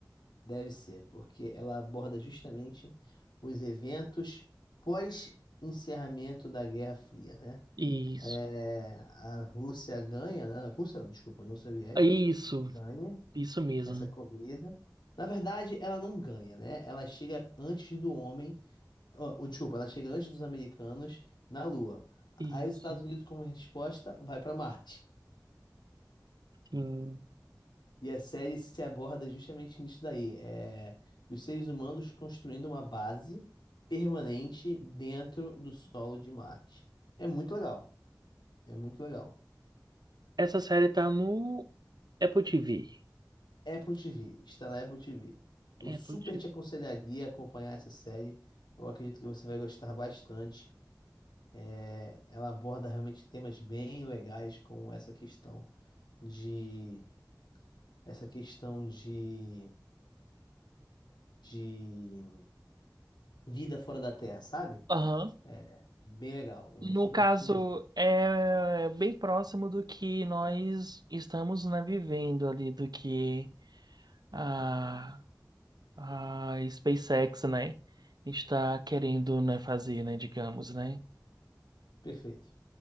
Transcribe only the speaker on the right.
Isso,
isso,
isso mesmo.
Isso,
sim.
Essa série tá no Apple TV.
Apple
TV.
Aham.
No
caso,
é bem próximo do que nós estamos, né, vivendo ali, do que a, a SpaceX, né, está querendo, né, fazer, né, digamos, né?